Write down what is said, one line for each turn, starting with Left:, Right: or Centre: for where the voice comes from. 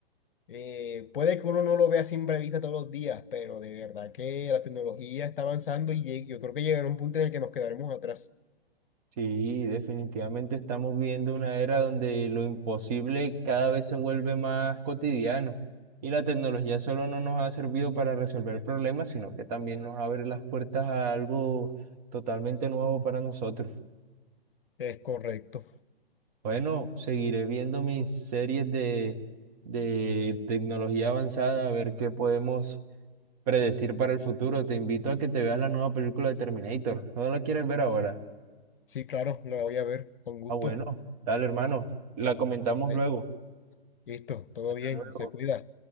Left: Eh, puede que uno no lo vea a simple vista todos los días, pero de verdad que la tecnología está avanzando y lleg- yo creo que llegará un punto en el que nos quedaremos atrás.
Right: Sí, definitivamente estamos viendo una era donde lo imposible cada vez se vuelve más cotidiano y la tecnología
Left: Sí,
Right: solo no nos ha servido para resolver problemas, sino que también nos abre las puertas a algo totalmente nuevo para nosotros.
Left: es correcto.
Right: Bueno, seguiré viendo mis series de, de tecnología avanzada a ver qué podemos predecir para el futuro. Te invito a que te veas la nueva película de Terminator. ¿No la quieres ver ahora?
Left: Sí, claro, la voy a ver con gusto.
Right: Ah, bueno, dale hermano, la comentamos
Left: Vale,
Right: luego.
Left: Listo, todo
Right: Hasta
Left: bien,
Right: luego.
Left: se cuida.